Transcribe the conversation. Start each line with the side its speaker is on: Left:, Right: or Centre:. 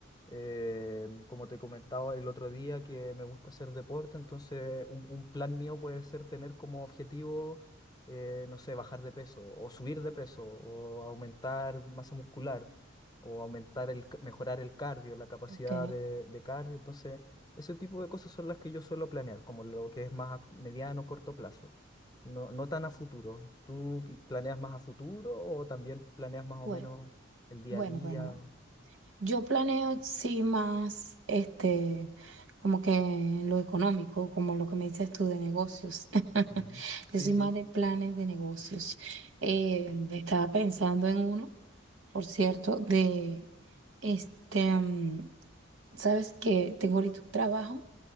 Left: eh, como te comentaba el otro día, que me gusta hacer deporte, entonces un, un plan mío puede ser tener como objetivo, eh, no sé, bajar de peso o subir de peso o aumentar masa muscular o aumentar el, ca- mejorar el cardio, la capacidad
Right: Ok,
Left: de, de cardio, entonces... Ese tipo de cosas son las que yo suelo planear, como lo que es más a mediano corto plazo. No, no tan a futuro. ¿Tú pi- planeas más a futuro o también planeas más
Right: bueno,
Left: o menos el día
Right: bueno,
Left: a día?
Right: bueno. Yo planeo, sí, más, este, como que lo económico, como lo que me dices tú de negocios. <laughs>
Left: Ujú.
Right: Yo
Left: Sí,
Right: soy
Left: sí,
Right: más de planes de negocios. Eh, estaba pensando en uno, por cierto, de, este, mm, sabes que tengo ahorita un trabajo